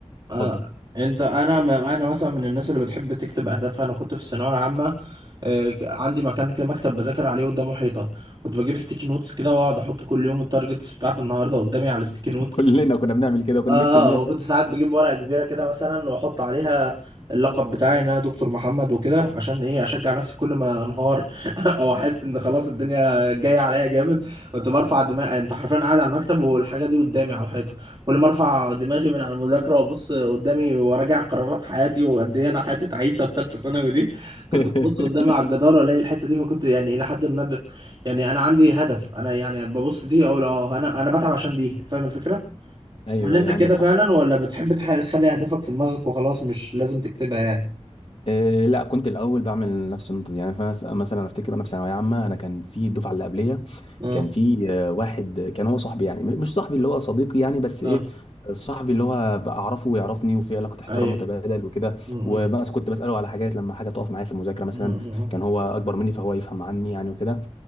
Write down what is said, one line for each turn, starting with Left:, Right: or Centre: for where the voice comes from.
Right: آه.
Left: اتفضل
Right: انت انا م- انا مثلا من الناس اللي بتحب تكتب اهدافها انا كنت في الثانويه العامه آه، ك- عندي مكان كده مكتب بذاكر عليه قدامه حيطه كنت بجيب ستيكي نوتس كده واقعد احط كل يوم التارجتس بتاعت النهارده قدامي على الستيكي
Left: <laughs>
Right: نوت
Left: كلنا كنا بنعمل كده وكنا
Right: اه
Left: بنكتب مية
Right: آه، وكنت ساعات بجيب ورقة كبيرة كده مثلا واحط عليها اللقب بتاعي ان انا دكتور محمد وكده عشان ايه اشجع نفسي كل ما انهار <laughs> او احس ان خلاص الدنيا جاية عليا جامد كنت برفع دماغي انت حرفيا قاعد على المكتب والحاجة دي قدامي على الحيطة كل ما ارفع دماغي من على المذاكرة وابص قدامي وراجع قرارات حياتي وقد ايه انا حياتي تعيسة في ثالثة ثانوي دي
Left: <laughs>
Right: كنت ببص قدامي على الجدار والاقي الحتة دي فكنت يعني الى حد ما ب... يعني انا عندي هدف انا يعني ببص دي اقول اه انا انا بتعب عشان دي فاهم الفكرة
Left: ايوه
Right: هل انت
Left: ايوه
Right: كده
Left: عندك
Right: فعلا
Left: حق
Right: ولا بتحب تح- تخلي اهدافك في دماغك وخلاص مش لازم تكتبها يعني
Left: إيه لا كنت الاول بعمل نفس النقطه دي يعني فانا س- مثلا أنا افتكر انا في ثانويه عامه انا كان في الدفعه اللي قبليه
Right: اه
Left: كان في آه، واحد كان هو صاحبي يعني م- مش صاحبي اللي هو صديقي يعني بس
Right: اه
Left: ايه صاحبي اللي هو بعرفه ويعرفني وفي علاقه احترام
Right: ايوه
Left: متبادل وكده
Right: م-
Left: وبس
Right: م-
Left: كنت بساله على حاجات لما حاجه تقف معايا في المذاكره مثلا
Right: م-
Left: كان هو اكبر مني فهو يفهم عني يعني وكده